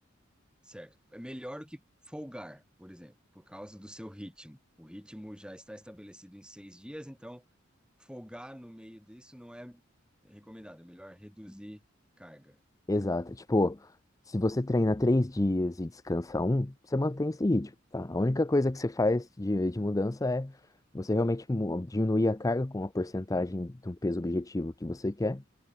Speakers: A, in the centre; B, on the left (about 15°).
A: Certo. É melhor do que folgar, por exemplo, por causa do seu ritmo. O ritmo já está estabelecido em seis dias, então folgar no meio disso não é recomendado, é melhor reduzir carga.
B: Exato. É, Tipo, se você treina três dias e descansa um, você mantém esse ritmo, tá? A única coisa que você faz de, de mudança é você realmente mu- diminuir a carga com a porcentagem de um peso objetivo que você quer.